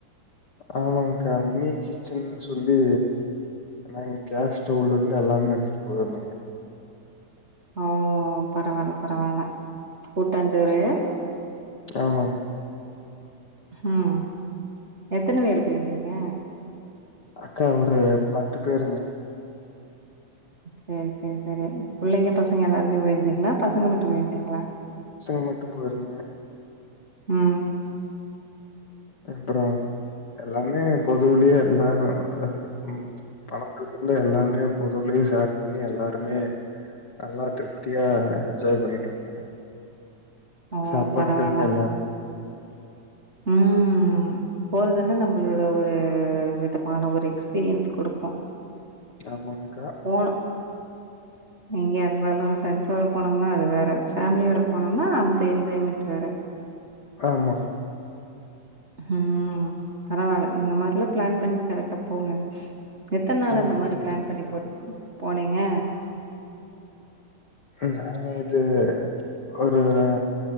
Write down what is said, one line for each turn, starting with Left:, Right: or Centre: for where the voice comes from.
Left: ஆமாங்க்கா மினி கிச்சன்னு சொல்லி நாங்க கேஸ் ஸ்டவ்வுலருந்து எல்லாமே எடுத்துட்டு போயிருந்தங்க
Right: ஓ பரவால பரவால்ல கூட்டாஞ்சோறே
Left: ஆமாங்க
Right: ம் எத்தன பேரு போயிருந்தீங்க
Left: அக்கா ஒரு பத்து பேருங்க
Right: சேர் சேர் சரி புள்ளைங்க பசங்க எல்லாருமே போயிருந்தீங்களா பசங்க மட்டு போயிருந்தீங்களா
Left: பசங்க மட்டு போயிருந்தங்க
Right: ம்
Left: அப்பறோ எல்லாமே பொதுவுலயே எல்லா ஹ ம் பணத்துல இருந்து எல்லாமே பொதுவலயு ஷேர் பண்ணி எல்லாருமே நல்லா திருப்தியா என்ஜாய் பண்ணிட்டு வந்தங்க
Right: ஓ
Left: சாப்பாட்ல
Right: பரவால்ல
Left: ந்து எல்லாமே
Right: ம் ம் போறதல்லா நம்பளோட ஒரு விதமான ஒரு எக்ஸ்பீரியன்ஸ் கொடுக்கு
Left: ஆமாங்க்கா
Right: போனு எங்கயா இருந்தாலு ஃப்ரெண்ட்ஸோட போனோம்னா அது வேற ஃபேமிலியோட போனோம்னா அந்த என்ஜாய்மெண்ட் வேற
Left: ஆமா
Right: ம் பரவால்ல இந்த மாரிலா பிளான் பண்ணி கரெக்டா போங்க எத்தன் நாளு
Left: ம்.
Right: அந்த மாரி
Left: கண்டிப்பா.
Right: பிளான் போ போனீங்க
Left: நாங்க இது ஒரு ஆ